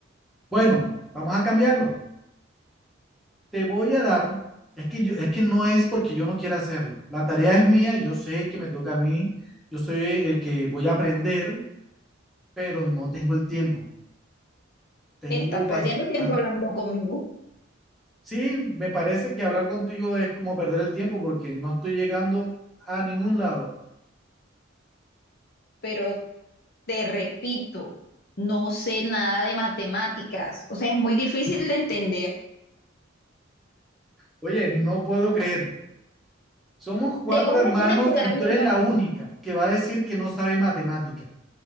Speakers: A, in the centre; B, on the left.
A: Bueno, vamos a cambiarlo. Te voy a dar, es que yo, es que no es porque yo no quiera hacerlo. La tarea es mía, yo sé que me toca a mí, yo soy el que voy a aprender, pero no tengo el tiempo. Tengo
B: Estás perdiendo
A: bastante.
B: tiempo hablando conmigo,
A: Sí, me parece que hablar contigo es como perder el tiempo porque no estoy llegando a ningún lado.
B: pero te repito, no sé nada de matemáticas, o sea, es muy difícil de entender.
A: Oye, no puedo creer. Somos cuatro
B: De igual
A: hermanos
B: me tienes que
A: y
B: dar
A: tú
B: mi
A: eres
B: mano.
A: la única que va a decir que no sabe matemática.